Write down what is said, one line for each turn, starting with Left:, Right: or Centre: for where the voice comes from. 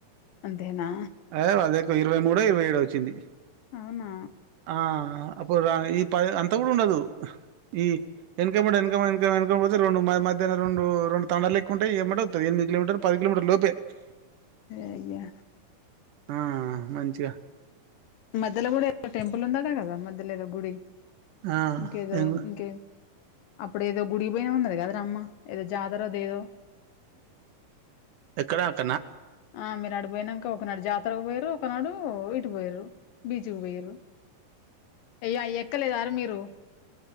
Left: అంతేనా
Right: అదే వాళ్ళది ఎక్కువ ఇరవై మూడో ఇరవై ఏడో వచ్చింది
Left: అవునా
Right: ఆ అప్పుడు ఈ పది అంతా కూడా ఉండదు. ఈ ఏన్కాై మం క పోతే రెండు మధహ్ం రెడు రెండు తడాలు ఎక్కుంటాయి ఏమ అవుంది ఎనిమిది కిలోమీటర్ ప కిలోమీటర్ లోపే
Left: అగే
Right: ఆ మంచిగా
Left: మధ్యలో గు టెంపుల్ ఉందాడా కదా మధ్యలోద గుడి
Right: ఆ
Left: ఇంకేద
Right: ఏం
Left: ఇంకే అప్పుడు ఏదో గుడి పోయినా ఉన్నది కదా రమ్మ ఏదో జాతరద ఏదో
Right: ఎక్కడక
Left: ఆ మీరు ఆడిపోయినాక ఒకనాడు జాతరకు పోయారు ఒకనాడు ఇటు పోయారు బిజు వేరు అయ్య ఎక్కలేదార మీరు